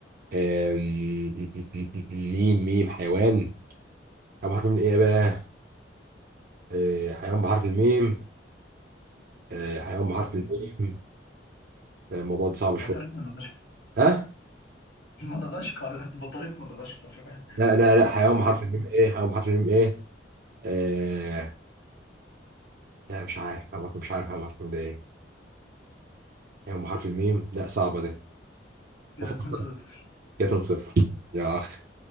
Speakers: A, on the right; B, on the left.
A: آم، م- م- م- م- ميم ميم حيوان حيوان بحرف الميم ايه بقى آه، حيوان بحرف الميم آه، حيوان بحرف
B: مم.
A: الميم لا، الموضوع ده صعب
B: بطريق
A: شويه
B: مدغشقر
A: ها
B: <laughs> مدغشقر بطريق مدغشقر
A: لا لا لا حيوان بحرف
B: مم.
A: الميم ايه حيوان بحرف الميم ايه آه، لا مش عارف حيوان بحرف مش عارف حيوان بحرف الميم ده ايه حيوان بحرف الميم لا صعبه ده
B: كده
A: وفق
B: 2 0
A: كده 2 صفر يا اخ